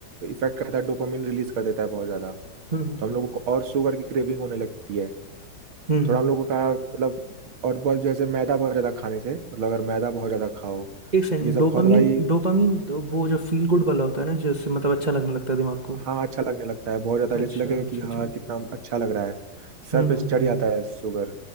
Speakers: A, on the right; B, on the right.
A: इफेक्ट करता है डोपामिन रिलीज कर देता है बहुत ज्यादा
B: हम्म हम्म
A: तो हम लोगों को और शुगर की क्रेविंग होने लगती है
B: हम्म।
A: थोड़ा
B: हम्म।
A: हम लोगों का मतलब और बहुत जैसे मैदा बहुत ज्यादा खाने से मतलब अगर मैदा बहुत ज्यादा खाओ
B: एक सेकंड
A: ये सब
B: डोपामीन
A: खाओ तो भाई
B: डोपामीन तो वो जो फील गुड वाला होता है ना जिससे मतलब अच्छा लगने लगता है दिमाग को
A: हाँ अच्छा लगने लगता है बहुत ज्यादा
B: अच्छा
A: जैसे लगेगा
B: अच्छा
A: कि हाँ
B: अच्छा
A: कितना अच्छा लग रहा है सर
B: हम्म
A: पे
B: हम्म
A: चढ़
B: हम्म
A: जाता है शुगर